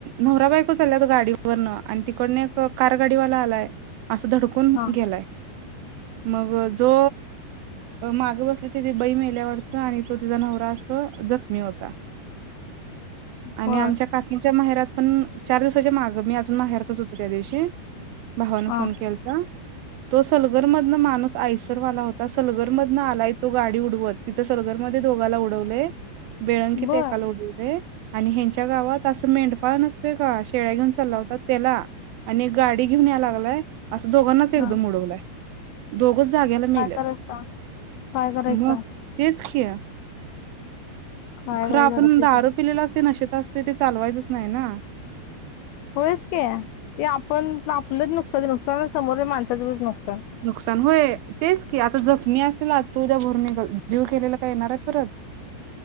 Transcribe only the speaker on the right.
नवरा बायको चालल्यात गाडीवरनं आणि तिकडनं एक कार गाडीवाला आलाय असं धडकून
गेलाय. मग जो मागं बसलीवती ती बाई मेल्या वाटतं आणि तो तिचा नवरा अस जखमी होता. आणि
आमच्या काकींच्या माहेरात पण चार दिवसाच्या माग मी अजून माहेरातच होते त्या दिवशी. भावानं
फोन केलता तो सलगरमधनं माणूस आईसरवाला होता, सलगरमधनं आलाय तो गाडी उडवत. तिथं सलगरमध्ये दोघाला उडवलंय, बेळंकीत
एकाला उडवलंय आणि ह्यांच्या गावात असं मेंढपाळ नसतोय का, शेळ्या घेऊन चालावता त्याला आणि एक गाडी घेऊन या लागलाय असं दोघांनाच एकदम
उडवलाय. दोघ घ जाग्याला मेल्यात.
मग
तेच की
खरं
आपण
दारु
पिलेला असतोय, नशेत असतोय ते चालवायचंच नाही ना.
नुकसान होय तेच की आता जखमी असेल आजच उद्या भरून निघलं. जीव गेलेला काय येणार आहे परत? <inaudible>